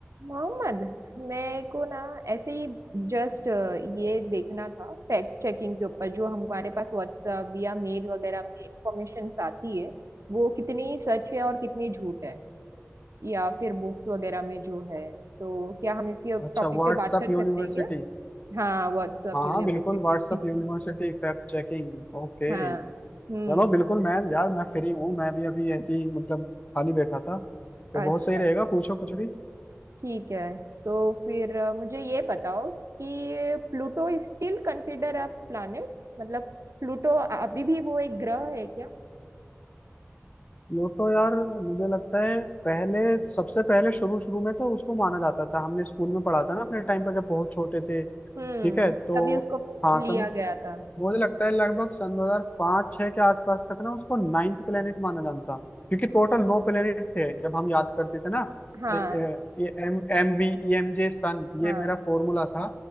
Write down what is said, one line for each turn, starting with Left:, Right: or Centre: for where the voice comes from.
Right: मोहम्मद मेरे को ना ऐसे ही जस्ट ये देखना था फैक्ट चेकिंग के ऊपर जो हमारे पास व्हाट्सएप या मेल वगैरह में इंफॉर्मेशन आती है वो कितनी सच है और कितनी झूठ है या फिर बुक्स वगैरह में जो है तो क्या हम इसके
Left: अच्छा
Right: टॉपिक
Left: WhatsApp
Right: पे बात कर
Left: university
Right: सकते हैं क्या हाँ व्हाट्सएप
Left: हाँ
Right: यूनिवर्सिटी
Left: हाँ बिल्कुल WhatsApp
Right: <laughs>
Left: university fact checking Okay
Right: हाँ हम्म
Left: चलो बिल्कुल मैं यार मैं फ्री हूँ मैं भी अभी ऐसे ही मतलब खाली बैठा था तो बहुत
Right: अच्छा
Left: सही रहेगा पूछो कुछ भी
Right: ठीक है तो फिर अ, मुझे ये बताओ कि Pluto still consider a planet मतलब प्लूटो अभी भी वो एक ग्रह है क्या
Left: लोटो यार मुझे लगता है पहले सबसे पहले शुरू शुरू में तो उसको माना जाता था हमने स्कूल में पढ़ा था ना अपने टाइम पर जब बहुत छोटे थे ठीक
Right: हम्म
Left: है तो
Right: तभी उसको
Left: हाँ
Right: लिया
Left: सन
Right: गया था
Left: मुझे लगता है लगभग सन 2005 6 के आसपास तक ना उसको नाइन्थ प्लेनेट माना जाता क्योंकि टोटल
Right: हम्म
Left: नौ प्लेनेट थे जब हम याद करते थे ना
Right: हाँ
Left: ए- ए- ये M M V E M J sun
Right: हाँ
Left: ये मेरा फॉर्मूला था